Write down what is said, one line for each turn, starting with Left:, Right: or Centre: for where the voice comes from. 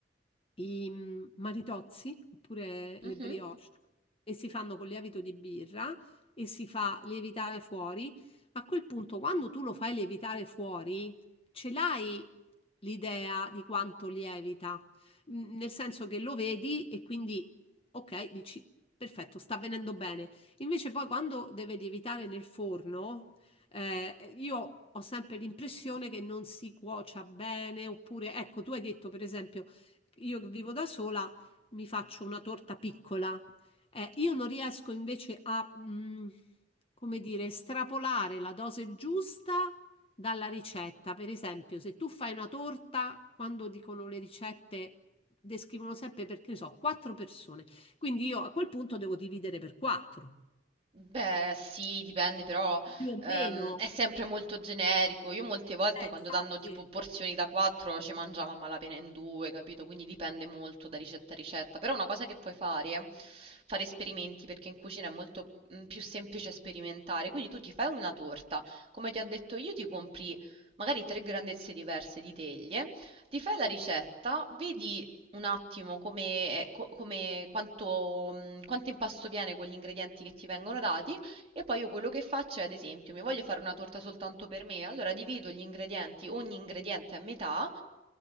Left: i mm, maritozzi oppure
Right: Mhm.
Left: le brioche e si fanno con lievito di birra e si fa lievitare fuori. A quel punto, quando tu lo fai lievitare fuori, ce l'hai l'idea di quanto lievita, Mm, nel senso che lo vedi e quindi, ok, dici, perfetto, sta venendo bene. Invece poi quando deve lievitare nel forno, eh, io ho sempre l'impressione che non si cuocia bene, oppure, ecco, tu hai detto per esempio io che vivo da sola mi faccio una torta piccola. Eh, io non riesco invece a, mh, come dire, estrapolare la dose giusta dalla ricetta. Per esempio, se tu fai una torta, quando dicono le ricette, descrivono sempre perché ne so, quattro persone. Quindi io a quel punto devo dividere per quattro,
Right: Beh, sì, dipende, però
Left: più o
Right: ehm,
Left: meno.
Right: è sempre molto generico. Io molte volte
Left: Eh,
Right: quando
Left: infatti.
Right: danno tipo porzioni da 4 ci mangiamo a malapena in due, capito? Quindi dipende molto da ricetta a ricetta. Però una cosa che puoi fare è fare esperimenti, perché in cucina è molto mm, più semplice sperimentare. Quindi tu ti fai una torta, come ti ho detto io, ti compri magari tre grandezze diverse di teglie. Ti fai
Left: ok.
Right: la ricetta, vedi un attimo come, eh, co- come- quanto, mh, quanto impasto viene con gli ingredienti che ti vengono dati e poi io quello che faccio è, ad esempio, mi voglio fare una torta soltanto per me, allora divido gli ingredienti, ogni ingrediente a metà,